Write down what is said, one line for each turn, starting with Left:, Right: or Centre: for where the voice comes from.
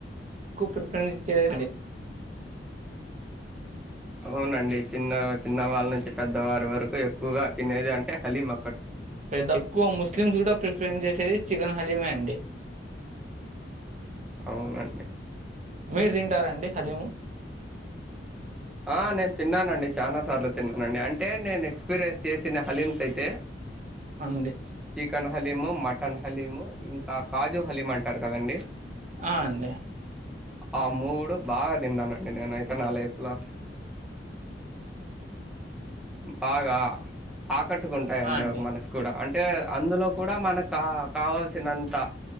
Right: క్కువ ప్రిఫరెన్స్ ఇచ్చేది <inaudible> హలీమ్
Centre: అవునండి చిన్న చిన్న వాళ్ళ నుంచి పెద్దవారి వరకు ఎక్కువగా తినేది అంటే హలీమ
Right: పెద్ద ఎక్కువ ముస్లిమ్స్ కూడా ప్రిఫరెన్స్ చేసేది చికెన్ హలీమే అండి.
Centre: అవునండి.
Right: మీరు తింటారాండి హలిము?
Centre: ఆ నేను తిన్నానండి చాలా సార్లు తిన్నానండి. అంటే నేను ఎక్స్పీరియన్స్ చేసిన హలీమ్స్ అయితే
Right: అండి.
Centre: చికెన్ హలీము, మటన్ హలీము ఇంకా కాజుహలీము అంటారు కదండి.
Right: ఆ అండి.
Centre: ఆ మూడు బాగా తిన్నానండి నేనైయితే నా లైఫ్లా. బాగా ఆ కట్టుకుంటాయండి
Right: ఆ అండి
Centre: అవి మనకు కూడా. అంటే అందులో కూడా మనకు కా కావాల్సినంతా